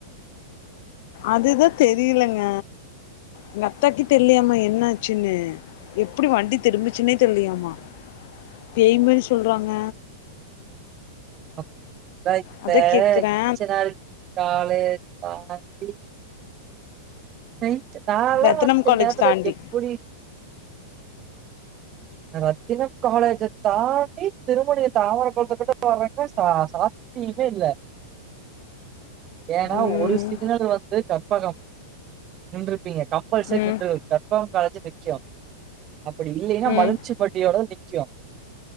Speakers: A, on the left; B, on the right.
A: அதுதா தெரியலங்க எங்க அத்தாக்கே தெர்லியாமா என்ன ஆச்சுன்னு எப்டி வண்டி திரும்புச்சுன்னே தெர்லியாமா பேய் மாரி சொல்றாங்க
B: <inaudible>
A: அதா கேக்குறே
B: நைட்டு நாலா
A: ரத்தனம்
B: வந்து செல
A: காலேஜ்
B: நேரத்துல
A: தாண்டி
B: எப்புடி ரத்தினம் காலேஜ தாண்டி திருமணிய தாமரக்கொளத்துக்கிட்ட போ <unintelligible> சா சா யுமே இல்ல ஏனா
A: ம்
B: ஒரு சிக்னல் வந்து கற்பகம் நின்றுருப்பீங்க கம்பல்சரி
A: ம்
B: நின்று கற்பகம் காலேஜு நிக்கு அப்டி இல்லேன்னா
A: ம்
B: மலுன் ச்சுபட்டியோடதா நிக்கு